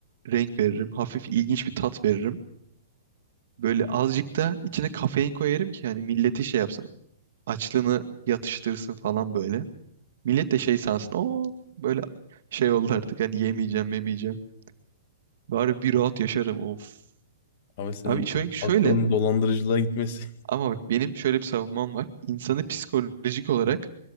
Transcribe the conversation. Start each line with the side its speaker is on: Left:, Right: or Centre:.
Right: renk veririm. Hafif ilginç bir tat veririm. Böyle azıcık da içine kafein koyarım ki hani milleti şey yapsın. Açlığını yatıştırsın falan böyle. Millet de şey sansın. Oo böyle şey oldu artık hani yemeyeceğim yemeyeceğim. Bari bir rahat yaşarım of.
Left: Ama senin
Right: Abi çünkü
Left: de
Right: şöyle
Left: aklın dolandırıcılığa gitmesi
Right: ama bak benim şöyle bir savunmam var. İnsanı psikolojik olarak